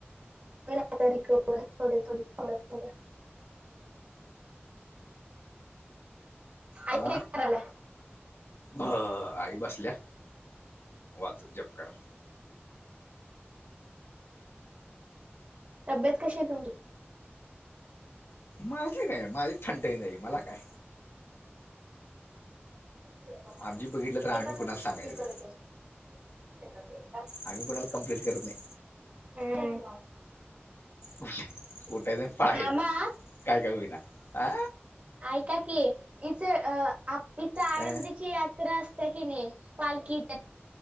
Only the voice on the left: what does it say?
वा.
ब आई बसल्या वाचत जप कत.
माझी काय माझी थंड नाही मला काय.
आमची
बघितलं तर आम्ही
कुणाला सांगायचं
आम्ही कोणाला कंप्लीट करत नाही.
उठे उठायचं पाळायचं
काय का होईना ह.
अ,